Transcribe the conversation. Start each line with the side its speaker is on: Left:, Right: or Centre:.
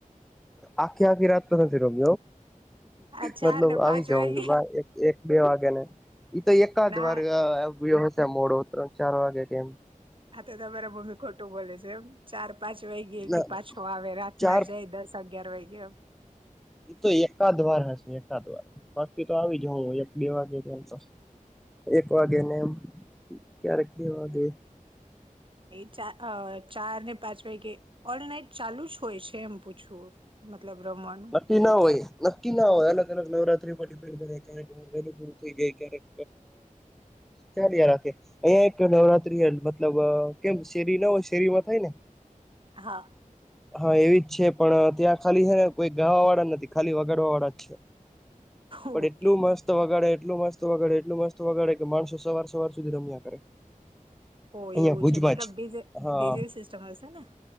Centre: આખી આખી રાત તો નથી રમ
Right: આ ચાર
Centre: મતલબ
Right: ને
Centre: આવી
Right: પાંચ
Centre: જાઉં
Right: વાગે
Centre: છું એક બે વાગે ને એ તો એકાદ
Right: ના
Centre: વારગશે મોડો ત્રણ ચાર વાગે કેમ
Right: આ તો તમારા મમ્મી ખોટું બોલે છે એમ ચાર પાંચ વાગે
Centre: ના
Right: કે પાછો
Centre: ના
Right: આવે રાત
Centre: ચાર
Right: ના જાય દસ અગિયાર વાગે
Centre: એ તો એકાદ વાર હશે એકાદ વાર બાકી તો આવી જું એક બે વાગે તો એક વાગે ને એમ ક્યારેક બે વાગે
Right: ચ ચાર ને પાંચ વાગે ઓલ નાઈટ ચાલુ જ હોય છે એમ પૂછવું મતલબ રમવાનું
Centre: નક્કી ના હોય નક્કી ના હોય અલગ અલગ નવરાત્રી પડી વેલું પૂરું થઈ જાય ક્યારેક ચાલ રાખે અહં એક નવરાત્રી મતલબ કેમ શેરી ના હોય શેરીમાં થાય ને
Right: હા.
Centre: હા એવી જ છે પણ ત્યાં ખાલી છે ને કોઈ ગાવા વાળા નથી ખાલી વગાડવા વાળા જ છે
Right: ઓકે
Centre: પણ એટલું મસ્ત વગડ એટલું મસ્ત વગાડે એટલું મસ્ત વગાડે કે માણસો સવાર સવાર સુધી રમ્યા કરે
Right: ઓ
Centre: અહિયાં
Right: એવું
Centre: ભુજમાં
Right: છે મતલબડી
Centre: જ હા
Right: ડીજે સિસ્ટમ હશે ને